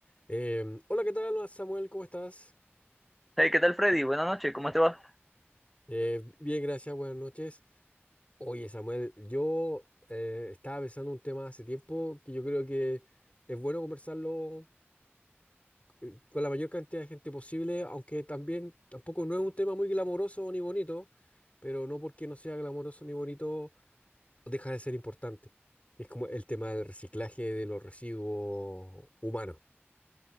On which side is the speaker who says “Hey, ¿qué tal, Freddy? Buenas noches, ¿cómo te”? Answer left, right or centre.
Centre